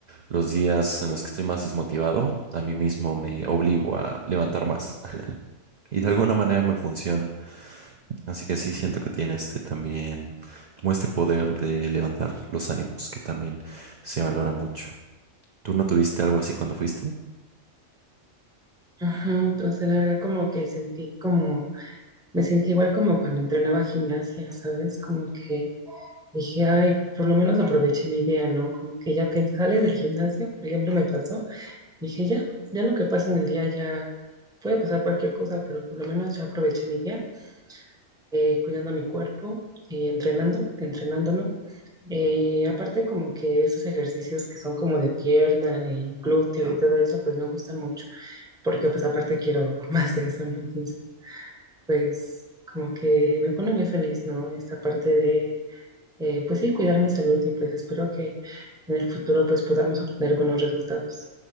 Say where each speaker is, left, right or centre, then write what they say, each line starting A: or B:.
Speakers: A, on the right; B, in the centre.
A: los días en los que estoy más desmotivado, a mí mismo me obligo a levantar más <laughs> y de alguna manera me funciona. Así que sí siento que tiene este también, como este poder de levantar los ánimos que también se valora mucho. ¿Tú no tuviste algo así cuando fuiste?
B: Ujú, entonces la verdad como que sentí como, me sentí igual como cuando entrenaba gimnasia, ¿sabes? Como que dije, ay, por lo menos aproveché mi día, ¿no? Como que ya piensas, sales del gimnasio, por ejemplo, me pasó, dije, ya, ya lo que pasa en el día ya puede pasar cualquier cosa, pero por lo menos ya aproveché mi día eh, cuidando mi cuerpo y entrenando, entrenándolo. Eh, aparte como que esos ejercicios que son como de pierna y glúteo y todo eso, pues me gustan mucho, porque pues aparte quiero <laughs> más de eso, ¿no? Entonces, pues como que me pone muy feliz, ¿no? Esta parte de, eh, pues sí, cuidar mi salud y pues espero que en el futuro pues podamos obtener buenos resultados.